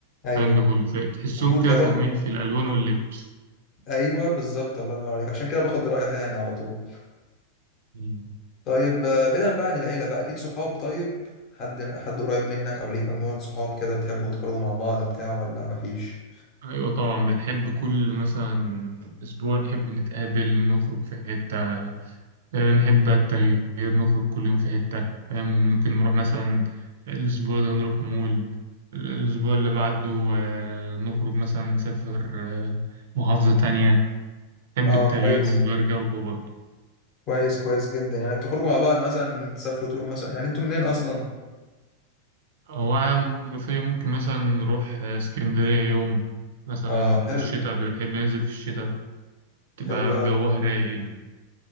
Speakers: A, on the left (about 35°); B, on the right (about 55°).
A: ايوه
B: الكلام ده كله تلاقي تحسهم
A: مظبوط
B: كده
A: هي
B: فاهمين
A: برضو
B: في الألوان واللبس
A: ايوه بالظبط الله ينور عليك عشان كده باخد رأيها يعني على طول
B: مم.
A: طيب آه، بعيدا بقى عن العيلة بقى ليك صحاب طيب حد حد قريب منك او ليك مجموعة صحاب كده بتحبوا تخرجوا مع بعض بتاع ولا مفيش
B: أيوة طبعا بنحب كل مثلا أسبوع نحب نتقابل نخرج في حتة آه، نحب بقى التغيير نخرج كل يوم في حتة فاهم؟ ممكن نروح مثلا الأسبوع ده نروح مول ال- الأسبوع اللي بعده آه، نخرج مثلا نسافر آه، محافظة تانية نحب
A: اه
B: التغيير
A: كويس
B: ونغير جو برضه
A: كويس كويس جدا يعني انتوا تخرجوا مع بعض مثلا تسافروا تروحوا مثلا يعني انتوا منين اصلا
B: هو عام منوفية ممكن مثلا نروح آه، اسكندرية يوم مثلا
A: اه حلو
B: في الشتاء بنحب ننزل في الشتاء تبقى
A: حلو قوي
B: جوها رايق يعني